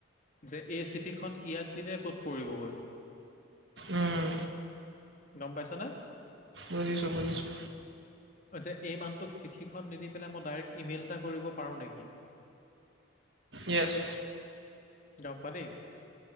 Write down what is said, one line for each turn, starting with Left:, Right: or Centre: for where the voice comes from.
Left: যে এই চিঠিখন ইয়াত দিলে ক'ত পৰিবগৈ।
Right: উম
Left: গ'ম পাইছনে।
Right: বুজিছোঁ বুজিছোঁ।
Left: কৈছে এই মানুহটোক চিঠিখন নিদি পেলাই, মই ডাইৰেক্ট ইমেইল এটা কৰিব পাৰো নেকি?
Right: য়েছ।
Left: গ'ম পালি।